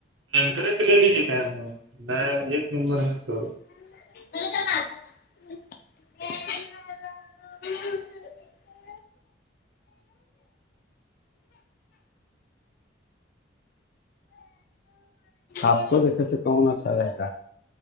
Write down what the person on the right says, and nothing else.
کرر کے لی لی ش کا میں ایک نمبر ہے تو